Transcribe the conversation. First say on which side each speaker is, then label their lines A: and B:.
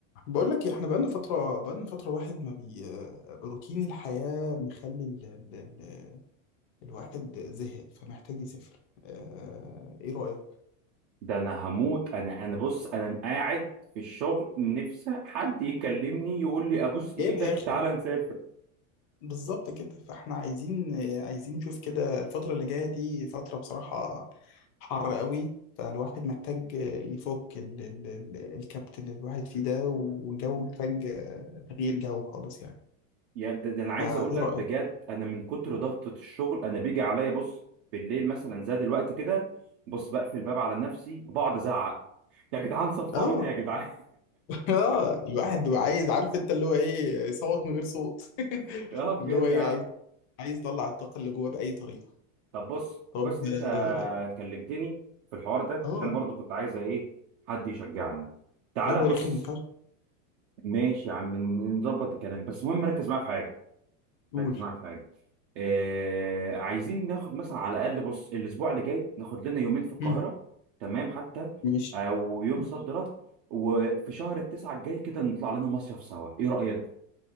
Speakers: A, on the left; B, on the right.
A: بقول لك إيه، احنا بقالنا فترة بقالنا فترة واحد ما بي روتين الحياة مخلي ال... ال... ال... الواحد زهق فمحتاج يسافر اه... ايه رأيك؟
B: ده انا هموت انا انا بص انا قاعد في الشغل نفسي حد يكلمني يقول لي ابوس ايدك
A: جايب اخر
B: تعالى نسافر
A: بالظبط كده فاحنا عايزين عايزين نشوف كده الفترة اللي جاية دي فترة بصراحة حر قوي فالواحد محتاج يفك ال... ال... ال... الكبت اللي الواحد فيه ده والجو محتاج تغيير جو خالص يعني
B: يعني ده, ده انا عايز
A: فايه
B: اقول لك
A: رأيك؟
B: بجد انا من كتر ضغطة الشغل انا بيجي عليا بص بالليل مثلا زي دلوقتي كده بص بقفل الباب على نفسي وبقعد ازعق يا جدعان صفروني
A: اه
B: يا جدعان
A: <laughs> اه الواحد بيبقى عايز عارف انت اللي هو ايه يصوت من غير صوت
B: <laughs>
A: <laughs>
B: اه بجد
A: اللي هو ايه
B: يا عم
A: عايز عايز يطلع الطاقة اللي جواه بأي طريقة
B: طب بص
A: طب
B: كويس ان انت
A: اه
B: كلمتني في الحوار ده
A: آه،
B: عشان انا برضو كنت عايز ايه حد يشجعني تعالى
A: جو
B: بص
A: رخم فشخ
B: ماشي يا عم نظبط الكلام بس المهم ركز معايا في حاجة
A: قول
B: ركز معايا في حاجه آه عايزين ناخد مثلا على الاقل بص الاسبوع اللي جاي ناخد لنا يومين في القاهره
A: مم،
B: تمام حتى
A: ماشي
B: او يوم
A: ماشي.
B: صد رد وفي شهر التسعه الجاي كده نطلع لنا مصيف سوا ايه رايك